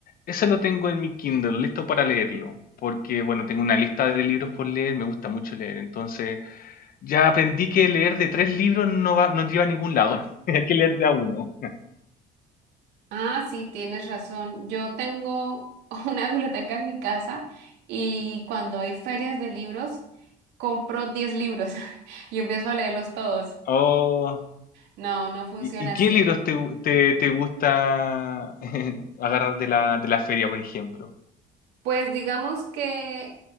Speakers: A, on the left; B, on the right.
A: Eso lo tengo en mi Kindle, listo para leerlo. Porque, bueno, tengo una lista de libros por leer, me gusta mucho leer. Entonces, ya aprendí que leer de tres libros no va, no lleva a ningún lado. <laughs> Hay que leer de a uno.
B: ah, sí, tienes razón. Yo tengo <laughs> una biblioteca en mi casa y cuando hay ferias de libros, compro 10 libros <laughs> y empiezo a leerlos todos.
A: Oh.
B: No, no funciona
A: ¿Y, y
B: así.
A: qué libros te, gu- te, te gusta <laughs> agarrar de la, de la feria, por ejemplo?
B: Pues digamos que